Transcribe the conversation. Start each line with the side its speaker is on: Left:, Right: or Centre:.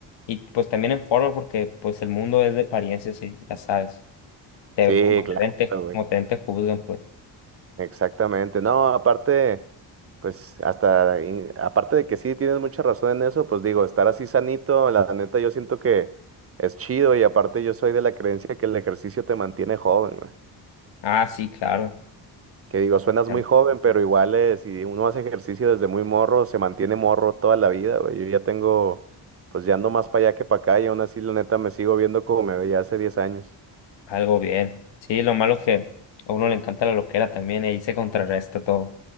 Left: y, pues también en forma, porque pues el mundo es de apariencias y ya sabes, te,
Right: Sí,
Left: como
Right: claro,
Left: te ven, te,
Right: güey.
Left: como te ven, te juzgan, pues.
Right: Exactamente. No, aparte, pues hasta, in- aparte de que sí tienes mucha razón en eso, pues digo, estar así sanito, la neta yo siento que es chido y aparte yo soy de la creencia que el ejercicio te mantiene joven, güey.
Left: Ah, sí, claro.
Right: Que digo, suenas
Left: Ya,
Right: muy joven, pero igual eh, si uno hace ejercicio desde muy morro, se mantiene morro toda la vida, güey. Yo ya tengo, pues ya ando más para allá que para acá y aún así la neta me sigo viendo como me veía hace 10 años.
Left: Algo bien. Sí, lo malo que a uno le encanta la loquera también y ahí se contrarresta todo.